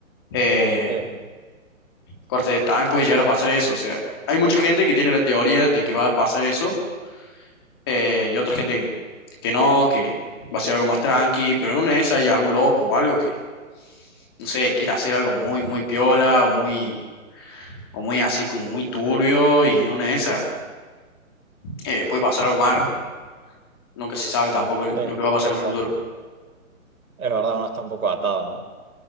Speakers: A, on the left; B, on the right.
A: Eh,
B: sí,
A: corte, también puede llegar a pasar eso, o sea, hay mucha gente que tiene la teoría de que va a pasar eso, eh, y otra gente que, que no, que va a ser algo más tranqui, pero en una de esas hay algún loco o algo que no sé, quiere hacer algo muy, muy piola o muy, o muy así como muy turbio y en una de esas eh, puede pasar algo malo. Nunca se sabe tampoco en
B: sí,
A: lo que va
B: sí,
A: a pasar
B: tal
A: en el futuro.
B: cual. Es verdad, uno está un poco atado, ¿no?